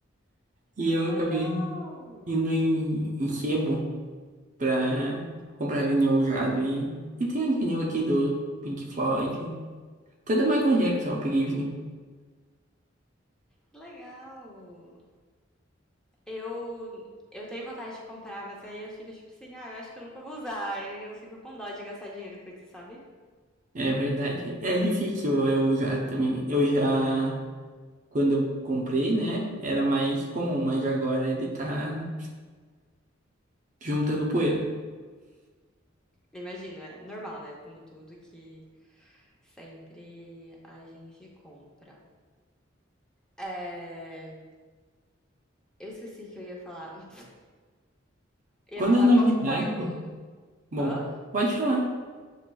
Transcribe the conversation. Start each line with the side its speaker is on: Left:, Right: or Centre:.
Right: E
Centre: Que
Right: eu
Centre: legal!
Right: acabei indo em, em sebo pra comprar vinil usado. E, e tem vinil aqui do Pink Floyd. Até do Michael Jackson eu peguei vinil.
Centre: Que legal! Eu eu tenho vontade de comprar, mas aí eu fico tipo assim, ah, eu acho que eu nunca vou usar. E eu fico com dó de gastar dinheiro com isso, sabe?
Right: É verdade. É difícil eu usar também. Eu já, quando eu comprei, né, era mais comum, mas agora ele tá juntando poeira.
Centre: Eu imagino, é normal, né? Como tudo que sempre a gente compra. É... Eu esqueci que eu ia falar. <laughs> Eu
Right: Quando
Centre: ia falar
Right: é novidade,
Centre: qual que foi o.
Right: bom,
Centre: Hã?
Right: pode falar.